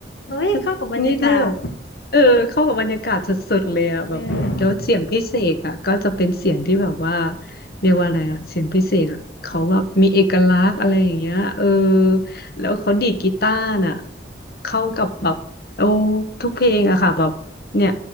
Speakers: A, on the left; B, on the left.
A: เฮ้ยเข้ากับบรรยากาศ
B: ถ้านี่ถ้าแบบเออเข้ากับบรรยากาศสุดๆเลยอะแบบแล้วเสียงพิเศษอะก็จะเป็นเสียงที่แบบว่า
A: เออ
B: เรียกว่าอะไรอะเสียงพิเศษอะเขาแบบมีเอกลักษณ์อะไรอย่างเงี้ยเออแล้วเขาดีดกีตาร์น่ะเข้ากับแบบโอ้ทุกเพลงอะค่ะแบบเนี่ย